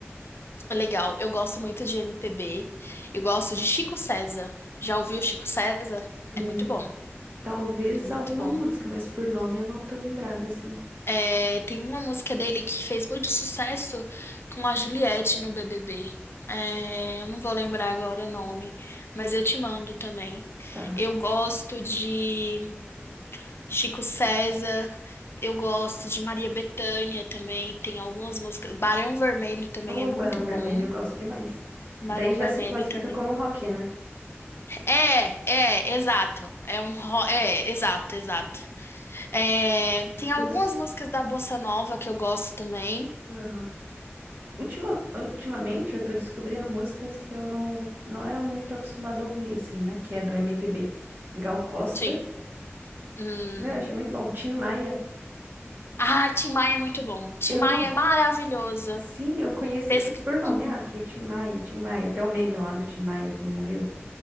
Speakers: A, on the left; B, on the right.
A: É Legal, eu gosto muito de MPB. Eu gosto de Chico César. Já ouviu Chico César?
B: Hum,
A: É muito bom,
B: Talvez
A: é muito
B: alguma
A: bom.
B: música, mas por nome eu não tô lembrada assim.
A: É, tem uma música dele que fez muito sucesso com a Juliette no BBB. É, eu não vou lembrar agora o nome, mas eu te mando também.
B: Tá.
A: Eu gosto de Chico César, eu gosto de Maria Bethânia também. Tem algumas músicas. Barão Vermelho também
B: O
A: é muito
B: Barão Vermelho
A: bom.
B: eu gosto demais.
A: Barão
B: Daí já
A: Vermelho
B: se classifica
A: também
B: como rock, né?
A: É, é, exato. É um ro... É, exato, exato. É, tem algumas
B: Os...
A: músicas da Bossa Nova que eu gosto também.
B: Aham. Ultima- Ultimamente eu tô descobrindo músicas que eu não, não era muito acostumada a ouvir, assim, né? Que é do MPB. Gal Costa.
A: Sim. Hum.
B: Meu, achei muito bom. Tim Maia.
A: Ah, Tim Maia é muito bom. Tim
B: Eu
A: Maia
B: não
A: é maravilhoso.
B: Sim, eu conheci
A: Pesca...
B: assim por nome,
A: Uhum.
B: ah, que o Tim Maia, o Tim Maia, até o meme lá do Tim Maia que ele morreu.